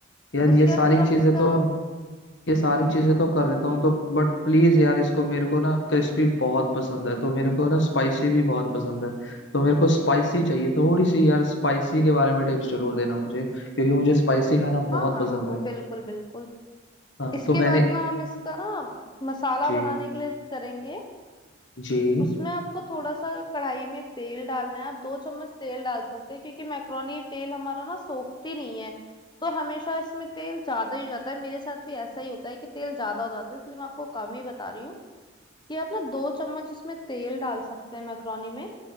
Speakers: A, on the left; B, on the left.
A: यार ये
B: उसके
A: सारी
B: बाद फिर हम
A: चीजें
B: इसका
A: तो ये सारी चीजें तो कर लेता
B: हम्म
A: हूँ तो बट प्लीज यार इसको मेरे को ना क्रिस्पी बहुत पसंद है तो मेरे को ना स्पाइसी भी बहुत पसंद है तो मेरे को स्पाइसी चाहिए थोड़ी सी यार स्पाइसी के बारे में टिप्स जरूर देना मुझे क्योंकि मुझे स्पाइसी खाना
B: हाँ
A: बहुत
B: हाँ
A: पसंद
B: हाँ हाँ
A: है
B: बिल्कुल बिल्कुल
A: हाँ
B: इसके
A: तो मैंने
B: बाद में हम इसका ना मसाला
A: जी
B: बनाने के लिए करेंगे
A: जी
B: उसमें आपको थोड़ा सा कढ़ाई में तेल डालना है आप दो चम्मच तेल डाल सकते हैं क्योंकि मैक्रोनी तेल हमारा ना सोखती नहीं है तो हमेशा इसमें तेल ज्यादा ही हो जाता है मेरे साथ भी ऐसा ही होता है कि तेल ज्यादा हो जाता है इसलिए मैं आपको कम ही बता रही हूँ कि आप ना दो चम्मच इसमें तेल डाल सकते हैं मैक्रोनी में